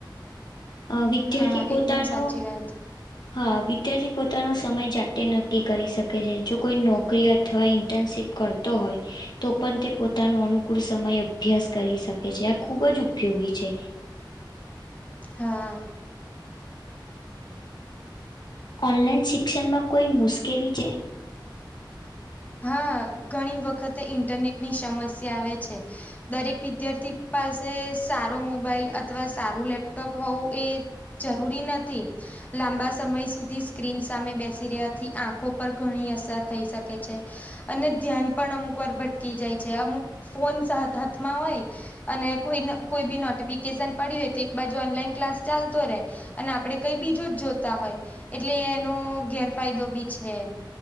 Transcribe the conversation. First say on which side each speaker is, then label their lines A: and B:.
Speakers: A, on the left (about 60°); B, on the left (about 20°).
A: અ વિદ્યાર્થી
B: હા
A: પોતાનો
B: એકદમ સાચી વાત
A: હા વિદ્યાર્થી પોતાનો સમય જાતે નક્કી કરી શકે છે જો કોઈ નોકરી અથવા ઇટર્નશીપ કરતો હોય, તો પણ તે પોતાનો અનુકૂળ સમયે અભ્યાસ કરી શકે. કે છે આ ખૂબ જ ઉપયોગી છે.
B: હા.
A: ઓનલાઈન શિક્ષણમાં કોઈ મુશ્કેલી છે?
B: હા ઘણી વખતે ઇન્ટરનેટ ની સમસ્યા આવે છે. દરેક વિદ્યાર્થી પાસે સારો મોબાઈલ અથવા સારું લેપટોપ હોવું એ જરૂરી નથી. લાંબા સમય સુધી સ્ક્રીન સામે બેસી રહ્યાથી આંખો પર ઘણી અસર થઈ શક કે અને ધ્યાન પણ અમુક વાર ભટકી જાય છે. અમુક ફોન હાથમાં હોય અને કોઈ કોઈ બી નોટિફિકેશન પડી હોય તો એક બાજુ ઓનલાઈન ક્લાસ ચાલતો રે અને આપડે કઈ બીજું જ જોતા હોય એટલે એનો ગેરફાયદો બી છે.